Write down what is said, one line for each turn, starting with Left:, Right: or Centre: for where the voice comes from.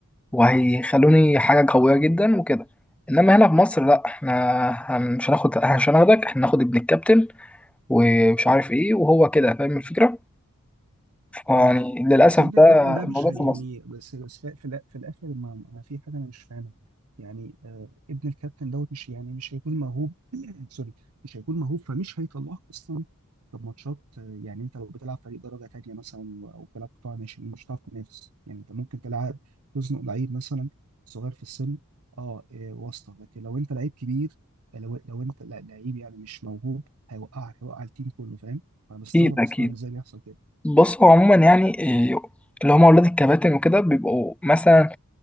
Centre: وهيخلوني حاجة قوية جدا وكده انما هنا في مصر لا احنا هن- مش هناخد مش هناخدك احنا هناخد ابن الكابتن ومش عارف ايه وهو كده فاهم الفكرة يعني
Right: مم.
Centre: للأسف
Right: بس ابن
Centre: ده
Right: الكابتن ده
Centre: الموضوع
Right: مش هي-
Centre: في مصر
Right: يعني بس بس في, في, الآ- في الاخر ما ما في حاجه انا مش فاهمها يعني آه ابن الكابتن دوت مش يعني مش هيكون موهوب <clears throat> سوري مش هيكون موهوب فمش هيطلعك اصلا في ماتشات آه، يعني انت لو بتلعب فريق درجه تانيه مثلا او بتلعب قطاع ناشئين مش هتعرف تنافس يعني انت ممكن تلعب تزنق لعيب مثلا صغير في السن اه آه، واسطه لكن لو انت لعيب كبير لو لو انت لع- لعيب يعني مش موهوب هيوقعك هيوقع التيم كله فاهم انا بستغرب
Centre: أكيد أكيد
Right: اصلا ازاي بيحصل كده
Centre: بص هو عموما يعني إيه، اللي هما أولاد الكباتن وكده بيبقوا مثلا